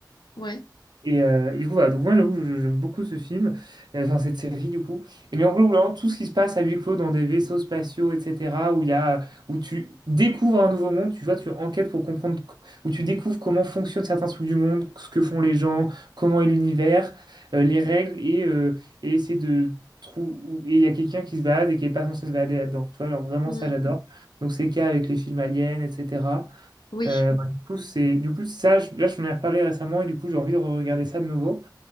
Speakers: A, on the left (about 80°); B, on the right (about 70°).
A: Ouais.
B: Et, euh, et du coup, voilà. Donc, moi, j'avoue, que je- j'aime beaucoup ce film, euh, enfin, cette série, du coup. Et mais en gros, vraiment, tout ce qui se passe à huis clos dans des vaisseaux spatiaux, etc., où il y a, où tu découvres un nouveau monde, tu vois, tu enquêtes pour comprendre, c- où tu découvres comment fonctionnent certains trucs du monde, ce que font les gens, comment est l'univers, euh, les règles, et, euh, et essayer de trouver. Et il y a quelqu'un qui se balade et qui n'est pas censé se balader là-dedans. Tu vois, alors vraiment,
A: Mmh.
B: ça, j'adore. Donc, c'est le cas avec les films aliens, etc.
A: Oui.
B: Euh, bah, du coup, c'est, du coup, ça, je- là, je m'en ai reparlé récemment et du coup, j'ai envie de regarder ça de nouveau.